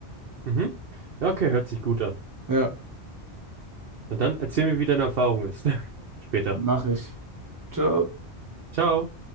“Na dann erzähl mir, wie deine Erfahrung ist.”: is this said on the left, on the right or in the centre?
Right